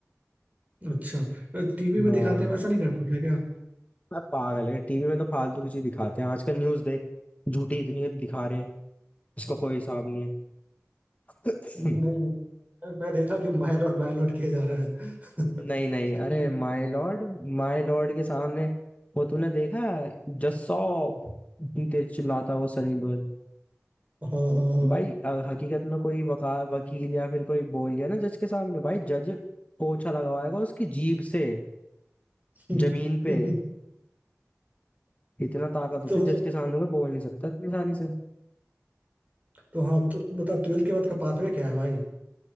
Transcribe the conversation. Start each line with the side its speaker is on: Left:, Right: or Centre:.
Right: अच्छा टीवी में
Left: हाँ
Right: दिखाते हैं वैसा नहीं करना होता है क्या
Left: मैं पागल है टीवी में तो फालतू की चीज दिखाते हैं आजकल न्यूज देख झूठी इतनी दिखा रहे हैं उसका कोई हिसाब नहीं है
Right: नहीं मैं मैं देखा कि माय लॉट माय लॉट किए जा रहे हैं
Left: <laughs> नहीं
Right: <laughs>
Left: नहीं
Right: कि-
Left: अरे माय लॉर्ड माय लॉर्ड के सामने वो तूने देखा जस्सॉप इतनी तेज चिल्लाता है वो सनी देओल
Right: हाँ हाँ हाँ
Left: भाई अ, हकीकत में कोई वका वकील या फिर कोई बोल गया ना जज के सामने भाई जज पोछा लगवाएगा उसकी जीभ से
Right: <laughs>
Left: जमीन पे इतना ताकत होती
Right: तो
Left: है
Right: मतलब
Left: जज के सामने कोई बोल नहीं सकता इतनी आसानी से
Right: तो हाँ तो बता ट्वेल्थ के बाद का पाथवे क्या है भाई